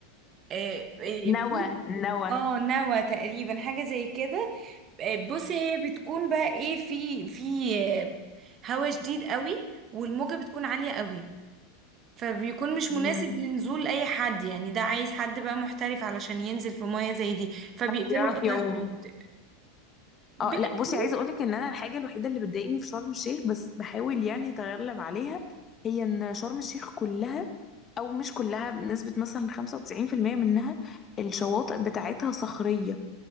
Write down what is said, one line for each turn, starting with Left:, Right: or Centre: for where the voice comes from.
Right: آه، آه،
Left: نوى
Right: في
Left: نوى
Right: اه نوى تقريبا حاجة زي كده آه، بصي هي بتكون بقى ايه في في آه، هوا شديد قوي والموجة بتكون عالية قوي فبيكون مش
Left: مم.
Right: مناسب لنزول اي حد يعني ده عايز حد بقى محترف علشان ينزل في مية زي دي فبيقفلوا
Left: بيعرف
Right: وقتها
Left: يعوم
Right: الشواطئ بيقفلوا
Left: اه لا بصي عايزه اقول لك ان انا الحاجه الوحيده اللي بتضايقني في شرم الشيخ بس بحاول يعني اتغلب عليها هي ان شرم الشيخ كلها او مش كلها بنسبه مثلا 95% منها الشواطئ بتاعتها صخريه